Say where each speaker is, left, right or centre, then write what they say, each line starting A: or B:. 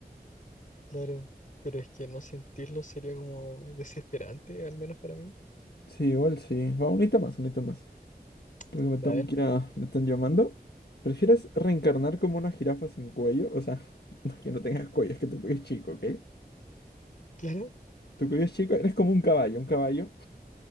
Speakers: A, on the left; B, on the left.
A: Claro. Pero es que no sentirlo sería como desesperante, al menos para mí.
B: Sí, igual sí. Va, un unita más, un unita más. Porque
A: A
B: me tengo
A: ver.
B: que
A: <laughs>
B: ir a- Me están llamando. ¿Prefieres reencarnar como una jirafa sin cuello? O sea, <laughs> no es que no tengas cuello, es que tu cuello es chico, ¿ok?
A: Claro.
B: Tu cuello es chico, eres como un caballo, un caballo.